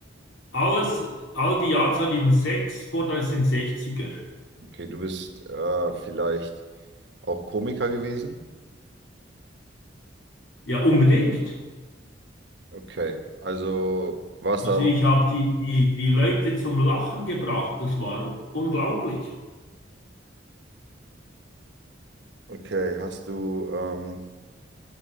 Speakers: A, on the left (about 85°); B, on the right (about 60°).
A: Alles, all die Jahreszahl in 6, vor, das sind 60er.
B: Okay, du bist äh, vielleicht auch Komiker gewesen?
A: Ja, unbedingt.
B: Okay, also, warst
A: Also
B: da,
A: ich habe die, die, die Leute zum Lachen gebracht. Das war unglaublich.
B: okay, hast du, ähm,